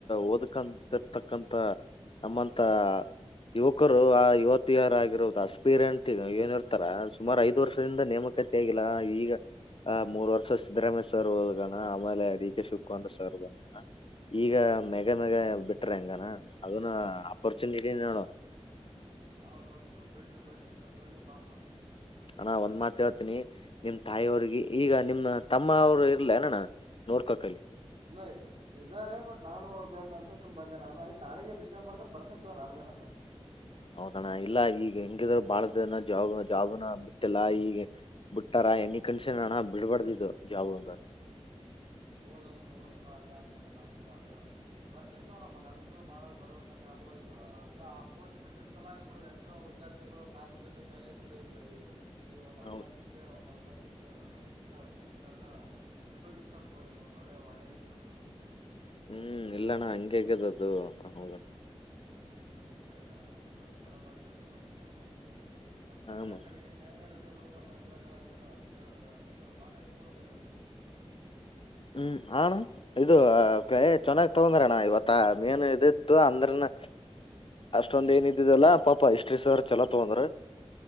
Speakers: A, on the left (about 55°); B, on the right (about 60°).
A: ಓದಕಂತ ಇರ್ತಕ್ಕಂತ ನಮ್ಮಂತ ಯುವಕರು ಆ ಯುವತಿಯರಾಗಿಿರೋದು ಅಸ್ಪೀರಿಂ ಏನಿರ್ತಾರ ಸುಮಾರು ಐದು ವರ್ಷದಿಂದ ನೇಮಕ <unintelligible> ಆಗಿಲ್ಲಾ ಈಗ ಆ ಮೂರ್ ವರ್ಷ ಸಿದ್ದರಾಮಯ್ಯ ಸರ್ ಹೋದಗಣ ಆಮೇಲೆ ಡಿ ಕೆ ಶಿವಕುಮಂದ್ರ ಸರ್ ಬಂದಣ ಈಗ ಮೆಾಗ ಮ್ಯಾಗ ಬಿಟ್ರ ಹಂಗಾನ ಅದನ್ನ ಅಪರ್ಚುನಿಟಿ ನೋಡು <inaudible>
B: ಹೌದೌದು ಇಲ್ಲ ಬಿಡ್ಲಿ ಬಿಡ್ಲಿ ಎಂತಾರೆ ಬೆಡ್ಲಿ ಪಾಪ
A: ಅಣ ಒಂದ್ ಮಾತ್ ಹೇಳ್ತನಿ ನಿಮ್ ತಾಯಿಯವ್ರಿಗೆ ಈಗ ನಿಮ್ಮ ತಮ್ಮ ಅವರು ಇರ್ಲ ಅನಣ್ಣ ನೋಡ್ಕೋಕಲಿ
B: ಇಲ್ಲ ಇದಾರೆ ಬಟ್ ನಾನು ಹೋಗ್ಬೇಕುಂತ ಸು್ ಬಂದೆಾನುಯ್ ನಾಳ ಡಿಸರ್ಬ್ ಮಾಡ್ದ ಬರ್ತೀಿಂತ ನಡ್ದೆ ನಾನು
A: ಹೌದಣ್ಣ ಇಲ್ಲ ಈಗ ಹೆಂಗಿದ್ರ ಬಾಳ್ದನ ಜಾಬ್ ಜಾಬ್ನ ಬಿಟ್ಟಲ್ಲ ಈಗ ಬಿಟ್ಟಾರ ಎನಿ ಕನ್ಷನ್ ನಾನ ಬಿಡ್ಬಾರ್ದಿದ್ದು ಜಾಬ್ ಒಂದ
B: ಹೋದಾದದು ಬುಡಬಡಪ್ಪ ಅದೇ ಆಗಮ ತನ್ನದುಗನ ಅದೇವ ಬರ್ತಿನ್ಂತವ ನಮ್ಮ ನನ್ಗುನು ಬಾಳ ಬರ್ಬೇಕಂತ ಅದುೋ ಈಗ ಅದೆಲ್ಲ ಆ ಪೋಸ್ಟ್ ಬಿಟ್ಟ ಚಲೋ ಆಯ್ತ್ ಬಿಡು ಎಷ್ಟೋ ವಿದ್ಯಾರ್ಥಿಗಳು ಕಾತ್ರದಿಂದ ಕೈಲಿತ್ತಾರೆ ಈ ಈ ಒಂದ್ ಅವಕಾಶಕ್ಕೆ
A: ಹ್ಮ್
B: ಒಂದ್ ಅವಕಾಶಕ್ಕ ಸಿಕ್ಕ ಸಿಕ್ಕಾಗ ಉಪಯೋಗಿಸ್ತೋ ಇದು ಒಳ್ಳೆ ಒಳ್ಳ ರೀತಿಯಲ್ಲಿ ಉಪಯೋಗಿಸ್ತಾರೆ
A: ಹೂ ಇಲ್ಲಣ್ಣ ಹಂಗೆ ಹಗ್ಯದ ಅ್ದದು ಹ ಹೌದಣ
B: ಹಾ ಇಲ್ಲ ಇಲ್ಲ ಚ ಚಲೋ ಮಾಡಿದರ್ ತೋ ಚಲೋ ಮಾಡಿದ ಮತ್ತೇನೋ
A: ಹಾ
B: ಯಕಡೆ ಹೆಂಗ ಹೆಂಗ ನಡಿದ ರೂಮ್ ಎಲ್ಲ ಸರ್ಗಳ ಎಲ್ಲ ಸರ್ ಇೋ ಪಾಠ ಎಷ್ಟು ತೊಂದ್ರ ಇವತ್ತು
A: ಹ್ಮ್ ಅಣ್ಣ ಇದು ಹೇ ಚೆನ್ನಾಗ್ ತಗೊಂಡ್ರಣ್ಣ ಇವತ್ತು ಮೇನು ಇದಿತ್ತು ಅಂದ್ರನ ಅಷ್ಟೊಂದ ಏನ್ ಇದಿದಲ್ಲಾ ಪಾಪ ಇಷ್ಟ್ರಿ ಸರ್ ಚಲೋ ತಗಂದ್ರರಾ